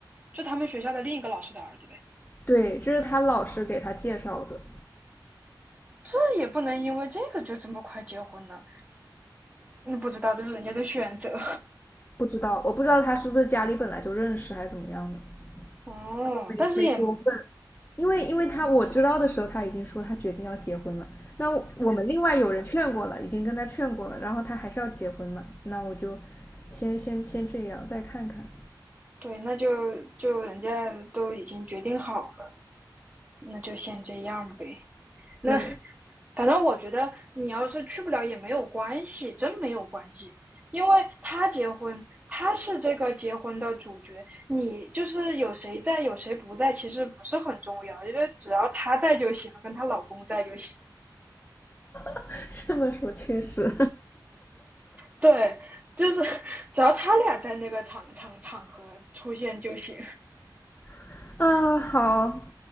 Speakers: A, on the right; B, on the left.
A: 就他们学校的另一个老师的儿子呗。
B: 对，这是他老师给他介绍的，
A: 这也不能因为这个就这么快结婚呢？那不知道，这是人家的选择。
B: 不知道我不知道他是不是家里本来就认识还是怎么样的，
A: <laughs> 哦，
B: 我就没没多问，
A: 但是也
B: 因为因为他我知道的时候他已经说他决定要结婚了，那我们另外有人劝过了，已经跟他劝过了，然后他还是要结婚嘛，那我就先先先这样，再看看。
A: 对，那就就人家都已经决定好了，那就先这样呗。
B: 对，
A: 那反正我觉得你要是去不了也没有关系，真没有关系，因为他结婚，他是这个结婚的主角，你就是有谁在有谁不在，其实不是很重要，因为只要她在就行，跟她老公在就行。
B: <laughs> 这么说确实
A: 对，就是 <laughs> 只要他俩在那个场场场合出现就行。
B: <laughs> 啊，好